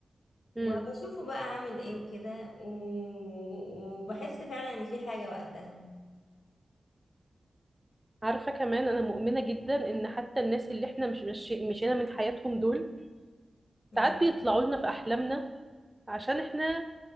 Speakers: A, on the left (about 80°); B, on the right (about 15°).
A: وبشوفه
B: امم
A: بقى عامل ايه وكده و- وبحس فعلا ان في حاجه وقتها
B: عارفة كمان انا مؤمنة جدا ان حتى الناس اللي احنا مش مش مشينا من حياتهم دول
A: مم.
B: ساعات بيطلعوا لنا في احلامنا عشان احنا